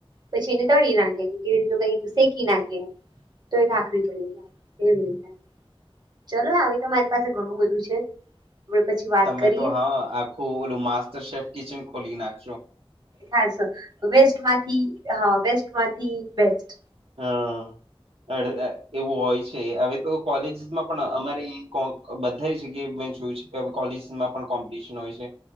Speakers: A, on the right; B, on the right.
A: પછી એને તળી નાખ્યે કેવી રીતનું કઈ શેકી નાખ્યે તો એ ખાખરી બની જાય એવી રીતે ચલો આવી તો મારી પાસે ઘણું બધું છે આપણે પછી વાત
B: તમે
A: કરીએ
B: તો હા આખું ઓલું માસ્ટર શેફ કિચન ખોલી નાખયો
A: થા સો વેસ્ટમાંથી હા વેસ્ટમાંથી બેસ્ટ
B: હા એવું હોય છે હવે તો કોલેજસમાં પણ અમારે કોં બધા જગ્યા મેં જોયું છે કે કોલેજમાં પણ કોમ્પિટિશન હોય છે